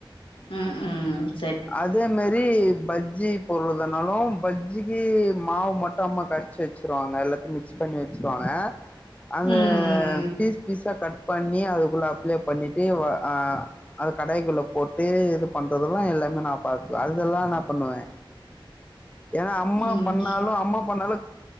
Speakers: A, on the left; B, on the left.
A: உ உ
B: அதே மாரி பஜ்ஜி பொருளுத னாலு பஜ்ஜி இ மாவு மட்டு அம்மா கரைச்சி வச்சுருவாங்க எல்லாத்தையு மிக்ஸ் பண்ணி வச்சுருவாங்க அந்த
A: ம் ம்
B: பீஸ் பீஸாக கட் பண்ணி அதுக்குள்ளே அப்ளே பண்ணிட்டு ஆ அத கடாய்க்குள்ள போட்டு இது ப பண்றதெல்லாம் இல்ல நா பாத்த அதெல்லா நா பண்ணுவே ஏன்னா அம்மா
A: ம் ம்
B: பண்ணாலு அம்மா பண்ணாலு